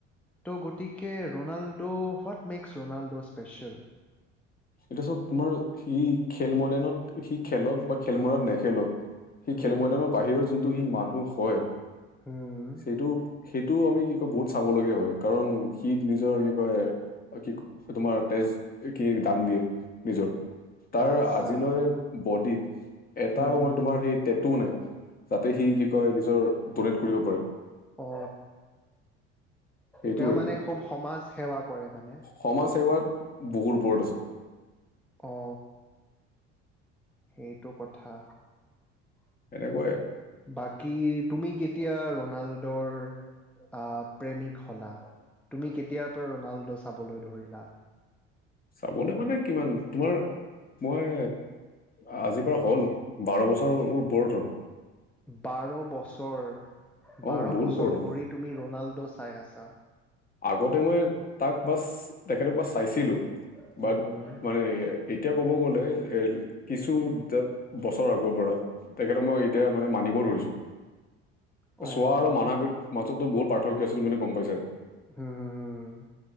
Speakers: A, in the centre; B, on the left.
A: ত' গতিকে Ronaldo what makes Ronaldo special
B: এতিয়া চত তোমাৰ সি খেল ময়দানত সি খেলক বা খেল মৈদানত নেখেলক সেই
A: হুম
B: খেল মৈদানৰ বাহিৰৰ যোনটো সি মানুহ হয়
A: হুম
B: সেইটো সেইটো আমি বহুত চাবলগীয়া হয় কাৰণ সি নিজৰ কি কয় বাকি তোমাৰ তেজ কি? দান দিয়ে নিজৰ তাৰ
A: আচ্ছা
B: আজিলৈ বডিত এটাও
A: হুম
B: মই তোমাৰ সেই টেটু নাই যাতে সি কি কয় নিজৰ ডনেট কৰিব পাৰে।
A: অ
B: সেইটোৱে।
A: তেওঁ মানে খুব সমাজ সেৱা কৰে মানে
B: সমাজ সেৱাত বহুত ওপৰত আছে
A: অ সেইটো কথা।
B: এনেকুৱাই
A: বাকী তুমি কেতিয়া ৰনাল্ডৰ আহ প্ৰেমিক হলা তুমি কেতিয়াৰ পৰা ৰনাল্ডো চাবলৈ ধৰিলা
B: চাবলৈ মানে কিমান তোমাৰ মই আজিৰ পৰা হ'ল বাৰ বছৰৰ ওপৰত হ'ল
A: বাৰ বছৰ
B: অ
A: বাৰ
B: বহুত
A: বছৰ
B: ওপৰত হ'ল
A: ধৰি তুমি ৰোনাল্ডো চাই আছাঁ-
B: আগতে মই তাক বা তেখেতক বা চাইছিলোঁ।
A: উম
B: বাট
A: অ'
B: মানে এতিয়া ক'ব গ'লে এহ কিছু বছৰ আগৰ পৰা তেখেতক মই এতিয়া মানে মানিব ধৰিছোঁ
A: হুম
B: চোৱা আৰু মানুহ মাজতো বহুত পাৰ্থক্য আছিল ত বুলি গম পাইছাই
A: উম হুম হুম-